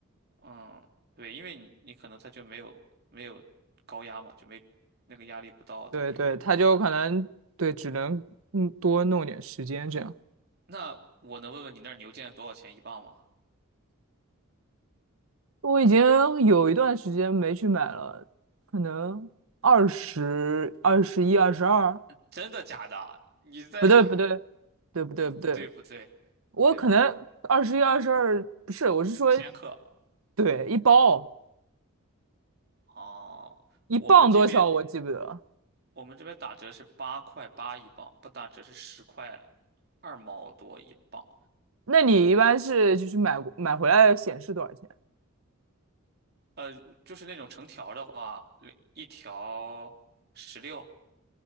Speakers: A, on the right; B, on the right.
A: 嗯，对，因为你你可能它就没有没有高压嘛，就没那个压力不到，它牛肉不好烂。
B: 对对，它就可能对，只能嗯多弄点时间这样。
A: 那我能问问你那儿牛腱多少钱一磅吗？
B: 我已经有一段时间没去买了，可能二十二十一、二十二，
A: 真的假的？你在？
B: 不对不对，
A: <laughs>
B: 对不对不对，
A: 不对不对不对不对，
B: 我可能二十一、二十二不是，我是说
A: 千克
B: 对一包
A: 哦。
B: 一磅多少我记不得了。
A: 我们这边我们这边打折是八块八一磅，不打折是十块二毛多一磅。
B: 那你一般是就是买过买回来显示多少钱？
A: 呃，就是那种成条的话，两一条十六，